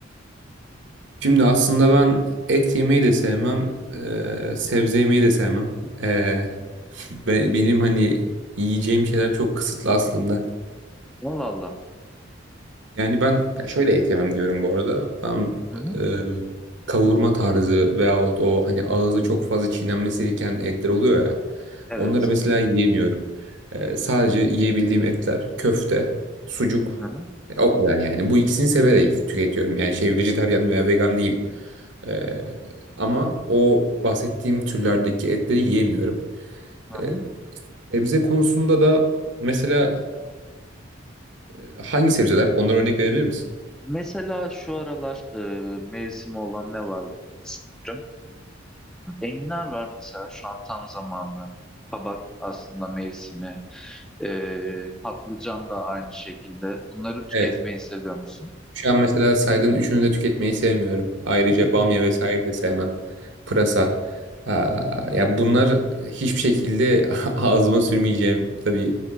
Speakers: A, on the right (about 65°); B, in the centre.
A: Şimdi aslında ben et yemeyi de sevmem, eee, sebze yemeyi de sevmem. Eee, <laughs> be- benim hani yiyeceğim şeyler çok kısıtlı aslında.
B: Allah Allah.
A: Yani ben ya şöyle et yemem diyorum bu arada. Ben
B: Hı hı.
A: e, kavurma tarzı veyahut o hani ağzı çok fazla çiğnenmesi gereken etler oluyor ya.
B: Evet.
A: Onları mesela yiyemiyorum. E, sadece yiyebildiğim etler köfte, sucuk.
B: Hı hı.
A: E, o kadar yani. Bu ikisini severek tüketiyorum. Yani şey vejetaryen veya vegan değilim. E, ama o bahsettiğim türlerdeki etleri yiyemiyorum.
B: Hı
A: E,
B: hı.
A: sebze konusunda da mesela e, hangi sebzeler? Onlara örnek verebilir misin?
B: Mesela şu aralar e, mevsimi olan ne var? Sanırım. Enginar var mesela şu an tam zamanlı. Kabak aslında mevsimi. E, patlıcan da aynı şekilde. Bunları tüketmeyi
A: Evet.
B: seviyor musun?
A: Şu an mesela saydığın üçünü de tüketmeyi sevmiyorum. Ayrıca
B: <laughs> Hı hı.
A: bamya vesaire de sevmem. Pırasa. Aa, ya bunlar hiçbir şekilde <laughs> ağzıma sürmeyeceğim. Tabii